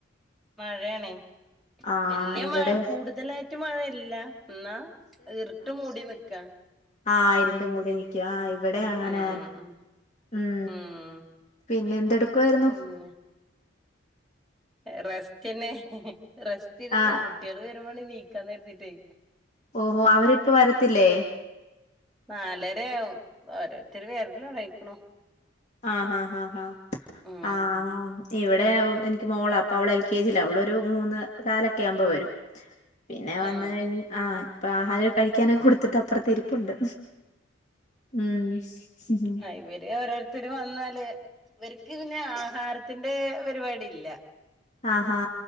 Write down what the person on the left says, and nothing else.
ആഹ്
ഇവിടെ
ആ ഇരുട്ട് മൂടി നിൽക്ക ആഹ് ഇവിടേം അങ്ങനെ
ഉം.
പിന്നെ എന്തെടുക്കുവായിരുന്നു?
ആഹ്
ഓഹോ അവരിപ്പൊ വരത്തില്ലേ?
ആഹ് ആഹ് ആഹ് ആഹ്
ആ... ഇവിടെ എനിക്ക് മോളാ, അപ്പോ അവൾ എൽകെജിയിലാ. അവളൊരു മൂന്നുകാലൊക്കെ ആകുമ്പോ വ.. വരും. പിന്നെ വന്നുകഴിഞ്ഞു,
ആ... ഇപ്പൊ ആഹാരം കഴിക്കാനൊക്കെ കൊടുത്തിട്ട് അപ്പുറത്ത് ഇരിപ്പുണ്ട്. ഉം ഉം
ആഹാ